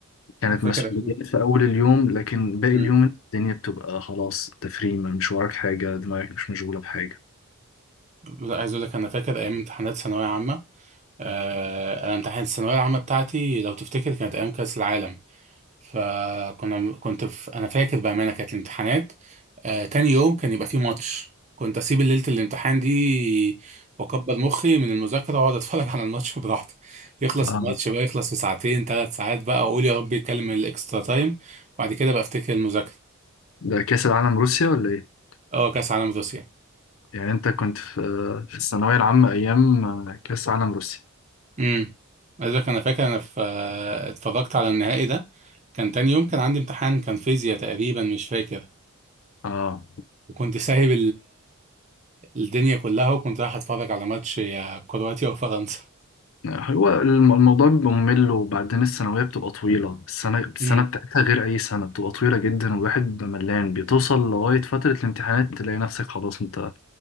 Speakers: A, on the left; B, on the right.
A: كانت
B: فاكر
A: مسؤوليات
B: ايام
A: في أول اليوم لكن باقي
B: امم
A: اليوم الدنيا بتبقى خلاص تفريمة مش وراك حاجة دماغك مش مشغولة بحاجة
B: لا، عايز اقول لك انا فاكر ايام امتحانات ثانويه عامه آه... انا امتحانات الثانويه العامه بتاعتي لو تفتكر كانت ايام كاس العالم فكنا كنت في انا فاكر بامانه كانت الامتحانات آه تاني يوم كان يبقى فيه ماتش كنت اسيب ليله الامتحان دي واكبر مخي من المذاكره واقعد اتفرج <laughs> على الماتش براحتي يخلص
A: آه.
B: الماتش بقى يخلص في ساعتين ثلاث ساعات بقى اقول يا رب يتكلم الاكسترا تايم بعد كده بقى افتكر المذاكره
A: ده كأس العالم روسيا ولا إيه؟
B: اه كاس عالم روسيا
A: يعني انت كنت في في الثانوية العامة ايام كأس عالم روسيا
B: امم لذلك انا فاكر انا في آه، اتفرجت على النهائي ده كان تاني يوم كان عندي امتحان كان فيزياء تقريبا مش فاكر
A: اه
B: وكنت سايب الدنيا كلها وكنت رايح اتفرج على ماتش يا كرواتيا وفرنسا
A: هو الم- الموضوع بيبقى ممل وبعدين الثانوية بتبقى طويلة السنة السنة
B: امم
A: بتاعتها غير أي سنة بتبقى طويلة جدا والواحد بيبقى ملان بتوصل لغاية فترة الامتحانات تلاقي نفسك خلاص انت